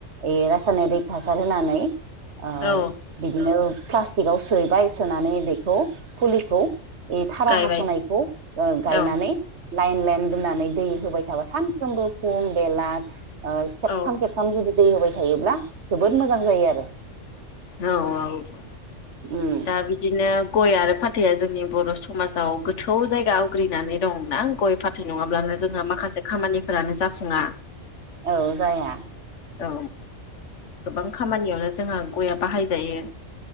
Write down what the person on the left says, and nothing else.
औ
गायबाय
औ
औ
औ औ
दा बिदिनो गय आरो फाथ थैया जोंनि बर' समाजाव गोथौ जायगा आवग्रिनानै दं ना गय फाथै नङाब्लानो जोंङो माखासे खामानिफोरानो जाफुङा।
औ गोबां खामानियावनो जोंहा गया बाहायजायो।